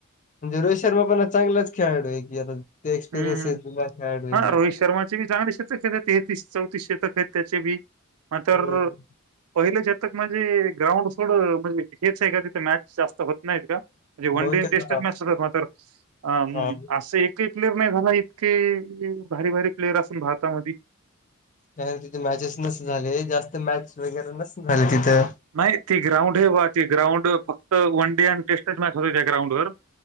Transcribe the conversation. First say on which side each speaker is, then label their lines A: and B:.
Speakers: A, on the left; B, on the right.
A: म्हणजे रोहित शर्मा पण चांगलाच खेळाडू आहे की आता ते एक्सपिरियन्सतला
B: हम्म
A: खेळाडू आहे.
B: हा रोहित शर्माचे चांगले शतक केलेत तेतीस चौतीस शतक आहेत त्याचे बी मात्र
A: हम्म.
B: पहिले शतक म्हणजे ग्राउंड सोड म्हणजे हेच आहे का तिथे मॅच जास्त होत नाहीत का म्हणजे वन
A: बहुतेक
B: डे टेस्टच्या
A: हा
B: मॅच तर मात्र अं
A: हा.
B: असं एक प्लेर नाही झाला इतके भारी भारी प्लेअर असून भारतामधी
A: का तिथे मॅचेस नसणा झाले जास्त मॅच वगैरे नसणा झाले तिथं
B: नाही ती ग्राउंड आहे बा ती ग्राउंड फक्त वन डे आणि टेस्टच मॅच होते त्या ग्राउंड वर